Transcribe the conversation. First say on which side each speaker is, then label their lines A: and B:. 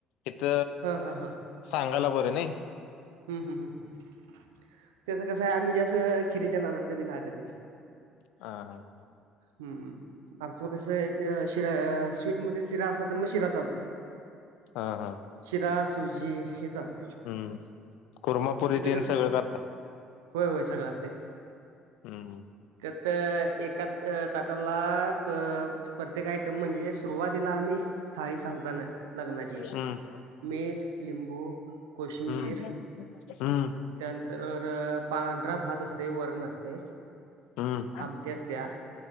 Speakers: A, on the left; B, on the right.
A: इथ
B: हां हां
A: सांगायला बरं नाही.
B: हुं हु हुं त्याच कसं आहे आम्ही जास्त खिरीच्या नादला कधी लागत नाही.
A: हां हां.
B: हुं हुं आमचं कसं शिरा स्वीट मध्ये शिरा असला तर मग शिरा चालतय.
A: हा हा.
B: शिरा सुजी हे चालतं
A: हं, कुरमा पुरी तेन
B: कसं
A: सगळं करताय
B: होय होय सगळं असतयं
A: हम्म
B: त्यात एकात ताटाला प्रत्येक आयटम म्हणजे सुरुवातीला आम्ही थाळी सांगताना लग्नाची
A: हम्म
B: मीठ, लिंबू कोशिंबीर
A: हम हम्म.
B: त्यानंतर पांढरा भात असतय वरण असतय.
A: हम्म
B: आमटी असतीया.